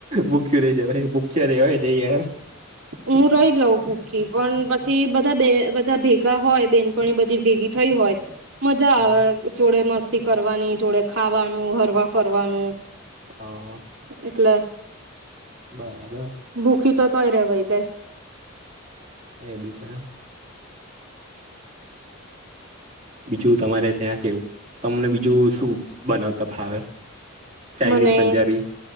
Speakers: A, on the right; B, on the right.
A: ભૂખું રહી જ ભૂખ્યા રવા યાર
B: હું રહી જાઉં ભૂખી પણ પછી બધા બે બધા ભેગા હોય બેનપણી બધી ભેગી થઈ હોય મજા
A: હા
B: આવે જોડે મસ્તી કરવાની જોડે ખાવાનું હરવા ફરવાનું
A: હ હ
B: એટલે
A: બરાબર
B: ભૂઃખી તો તોય રહેવાય જાય
A: એ બી છે. બીજું તમારે ત્યાં કેવું તમને બીજું શું બનાવતા ફાવે ચાઇનીઝ
B: મને
A: પંજાબી